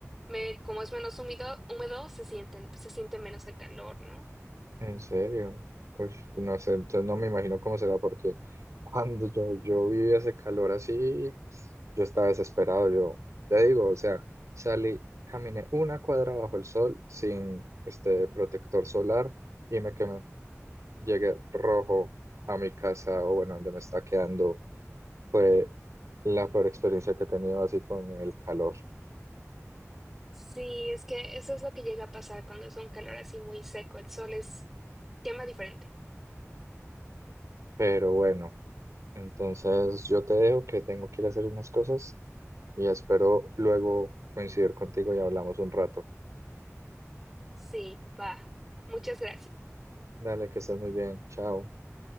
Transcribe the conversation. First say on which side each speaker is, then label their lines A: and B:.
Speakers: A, in the centre; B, on the right (about 80°).
A: me, como es menos húmedo, húmedo, se sienten, se siente menos el calor, ¿no?
B: en serio. Uy, no sé, entonces no me imagino cómo será, porque cuando yo, yo vivía ese calor así, yo estaba desesperado, yo te digo, o sea, salí, caminé una cuadra bajo el sol sin este protector solar y me quemé. Llegué rojo a mi casa o bueno, donde me está quedando Fue la peor experiencia que he tenido así con el calor.
A: Sí, es que eso es lo que llega a pasar cuando es un calor así muy seco. El sol es, quema diferente.
B: Pero bueno, entonces yo te dejo que tengo que ir a hacer unas cosas y espero luego coincidir contigo y hablamos un rato.
A: Sí, va. Muchas gracias.
B: Dale, que estés muy bien. Chao.